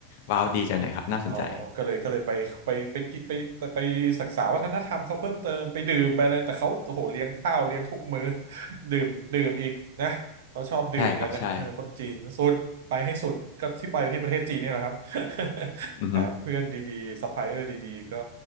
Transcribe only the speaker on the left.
ว้าวดีจังเลยครับน่าสนใจ
ใช่ครับใช่
อือฮึ